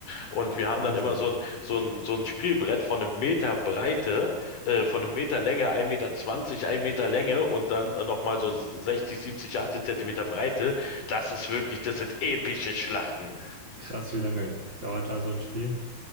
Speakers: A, on the left; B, on the right.
A: Und wir haben
B: Wahnsinn.
A: dann immer so ein, so ein, so ein Spielbrett von einem Meter Breite, äh, von einem Meter Länge, ein Meter, zwanzig, ein Meter Länge und dann äh, nochmal so 60, 70, 80 Zentimeter Breite. Das ist wirklich, das sind epische Schlachten.
B: Krass, wie lange dauert da so ein Spiel?